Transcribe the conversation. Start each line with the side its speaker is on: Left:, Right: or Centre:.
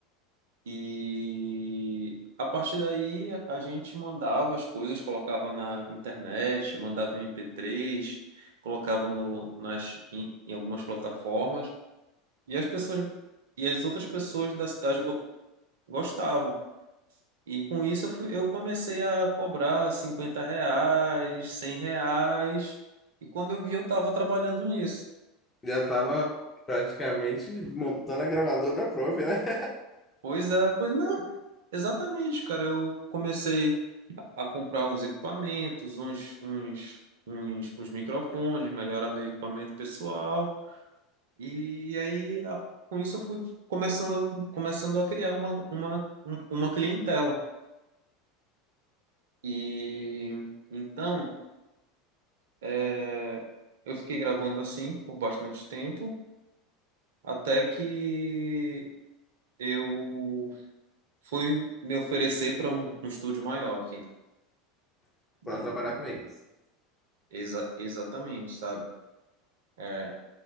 Right: E a partir daí a a gente mandava as coisas, colocava na internet, mandava MP3, colocava no, nas, em, em algumas plataformas, e as pessoas e as outras pessoas da cidade go- gostavam. E com isso eu fui, eu comecei a cobrar 50 reais, 100 reais, e quando eu vi eu estava trabalhando nisso.
Left: já estava praticamente montando a gravadora própria, né?
Right: Pois é, pois não, exatamente, cara, eu comecei a comprar uns equipamentos, uns, uns, uns, uns microfones, melhorar meu equipamento pessoal. E aí, a- com isso, eu fui começando, começando a criar uma, uma, um- uma clientela. E então, é, eu fiquei gravando assim por bastante tempo, até que eu fui me oferecer para um, um estúdio maior aqui.
Left: <laughs>
Right: E
Left: Para trabalhar para eles.
Right: exa- exatamente, sabe? É,